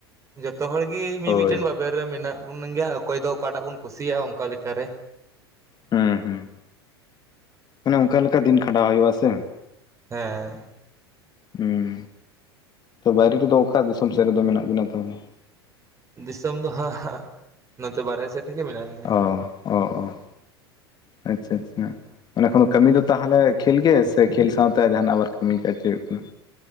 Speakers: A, on the right (about 20°); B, on the left (about 30°).
A: ᱡᱚᱛᱚ ᱦᱚᱲ ᱜᱮ ᱢᱤᱢᱤᱫᱴᱮᱱ
B: ᱦᱳᱭ
A: ᱵᱟ᱾ <unintelligible> ᱨᱮ ᱢᱮᱱᱟᱜ ᱵᱚᱱ ᱜᱮᱭᱟ ᱚᱠᱚᱭ ᱫᱚ ᱚᱠᱟᱴᱟᱜ ᱵᱚᱱ ᱠᱩᱥᱤᱭᱟᱜᱼᱟ ᱚᱱᱠᱟᱠᱟ ᱞᱮᱠᱟᱨᱮ᱾
B: ᱦᱩᱸ ᱦᱩᱸ ᱚᱱᱮ ᱚᱱᱠᱟ ᱞᱮᱠᱟ ᱫᱤᱱ ᱠᱷᱟᱸᱰᱟᱣ ᱦᱩᱭᱩᱜ ᱟ ᱥᱮ᱾
A: ᱦᱮᱸ
B: ᱦᱩᱸ ᱛᱚ ᱵᱟᱦᱨᱮ ᱨᱮᱫᱚ ᱚᱠᱟ ᱫᱤᱥᱚᱢ ᱥᱮᱫ ᱨᱮᱫᱚ ᱢᱮᱱᱟᱜ ᱵᱤᱱᱟ ᱛᱟᱦᱞᱮ?
A: ᱫᱤᱥᱚᱢ ᱫᱚ ᱦᱟᱸᱜ ᱱᱚᱛᱮ ᱵᱟᱨᱦᱮ ᱥᱮᱫ᱾ ᱨᱮᱜᱮ ᱢᱮᱱᱟᱜ ᱞᱤᱧᱟᱹ
B: ᱚ ᱚ ᱟᱪᱷᱟ ᱪᱷᱟ᱾ ᱚᱱᱮ ᱠᱷᱚᱱ ᱠᱟᱹᱢᱤ ᱫᱚ ᱛᱟᱦᱚᱞᱮ ᱠᱷᱮᱞ ᱜᱮ ᱥᱮ ᱠᱷᱮᱞ ᱥᱟᱶᱛᱮ ᱡᱟᱦᱱᱟᱜ ᱣᱟᱨᱠ ᱠᱟᱹᱢᱤ ᱠᱟᱡ ᱦᱩᱭᱩᱜ ᱠᱟᱱᱟ?